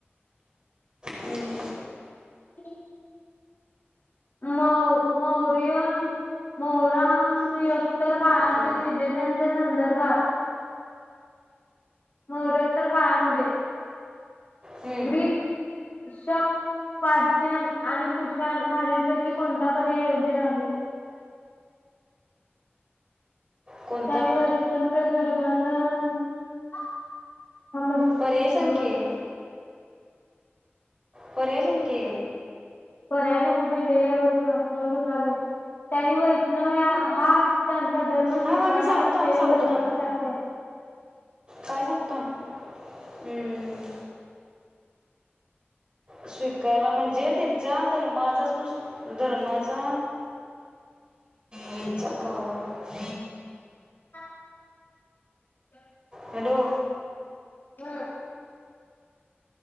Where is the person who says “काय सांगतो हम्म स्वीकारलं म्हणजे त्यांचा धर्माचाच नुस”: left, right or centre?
Right